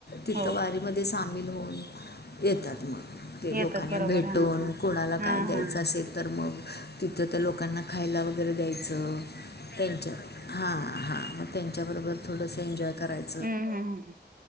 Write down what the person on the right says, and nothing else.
हो
येतात
बरोबर
हा हा
हा
हा हा
हम्म हम्म,